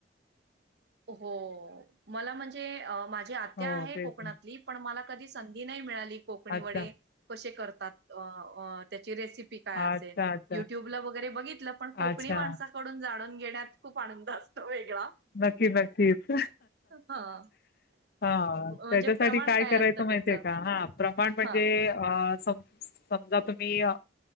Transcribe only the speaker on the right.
हो मला म्हणजे माझ आत्या
आहे
कोकणातली
पण मला कधी संधी नाही मिळाली कोकणी
वडे कशी करतात. अ अ ती रेसिपी काय असेल.
युट्युबला वगैरे बघितलं, पण
कोकणी माणसाकडून जाणून घेण्यात खूप आनंद असतो. तो वेगळा
हा
म्हणजे
प्रमाण
असतं
त्याच
हा